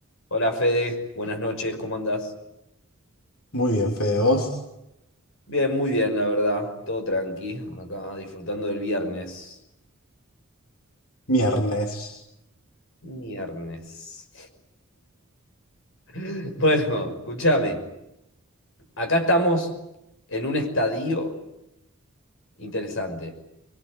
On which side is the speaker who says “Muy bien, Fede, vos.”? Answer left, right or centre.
Left